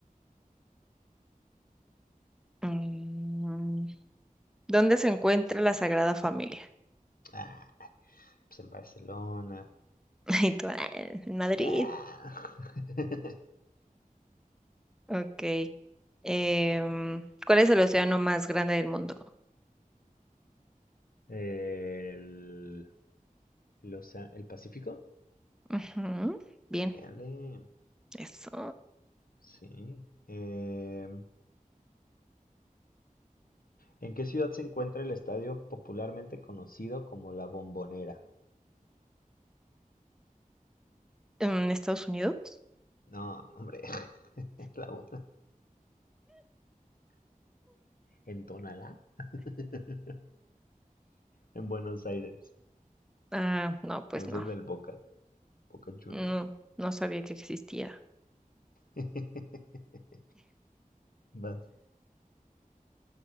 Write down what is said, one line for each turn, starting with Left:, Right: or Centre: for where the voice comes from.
Centre: Mm, ¿dónde se encuentra la Sagrada Familia?
Left: Ah, pues en Barcelona.
Centre: <laughs> Y tú, "Ah, en Madrid.
Left: Ah. <laughs>
Centre: Ok. Em, ¿cuál es el océano más grande del mundo?
Left: El, los- el Pacífico.
Centre: Ujú, Bien,
Left: Éale,
Centre: eso.
Left: sí. Em, ¿en qué ciudad se encuentra el estadio popularmente conocido como La Bombonera?
Centre: ¿En Estados Unidos?
Left: No, no, hombre, <laughs> la bo- ¿En Tonalá? <laughs> En Buenos Aires.
Centre: Ah, no, pues
Left: No es
Centre: no.
Left: el del Boca, Boca Junior.
Centre: No, no sabía que existía.
Left: <laughs> Vas.